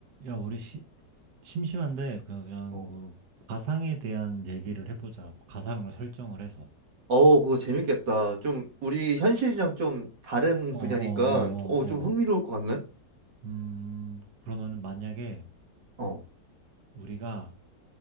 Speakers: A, on the right; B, on the right.
A: 야, 우리 시- 심심한데 그냥, 그냥
B: 어.
A: 뭐 가상에 대한 얘기를 해보자. 가상을 설정을 해서.
B: 어, 그거 재밌겠다. 좀 우리 현실이랑 좀 다른
A: 어,
B: 분야니까
A: 어, 어,
B: 어,
A: 어,
B: 좀 흥미로울
A: 어.
B: 것 같네.
A: 음, 그러면 만약에
B: 어,
A: 우리가